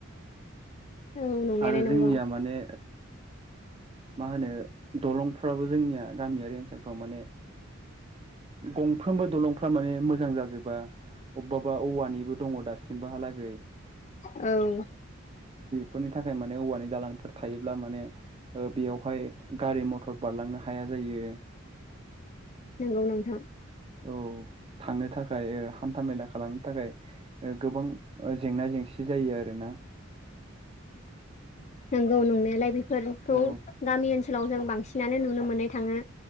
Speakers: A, on the left (about 35°); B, on the right (about 30°).
A: औ नंनायालाय
B: आरो
A: नंगौ
B: जोंनिया माने मा होनो दलंफ्राबो जोंनिया गामियारि ओनसोलफ्राव माने गंफ्रोमबो दलंफ्रा माने मोजां जाजोबा अबेबा औवानिबो दङ दासिमबोहालागै
A: औ
B: बेनि थाखाय माने औवानि दालांफोर थायोब्ला माने बेयावहाय गारि मथर बारलांनो हाया जायो
A: नंगौ नोंथां
B: औ थांनो थाखाय हान्था मेला खालामनो थाखाय गोबां जेंना जेंसि जेंसि जायो आरोना
A: नंगौ नंनायालाय बेफोरखौ
B: औ
A: गामि ओनसोलाव जों बांसिनानो नुनो मोननो थाङो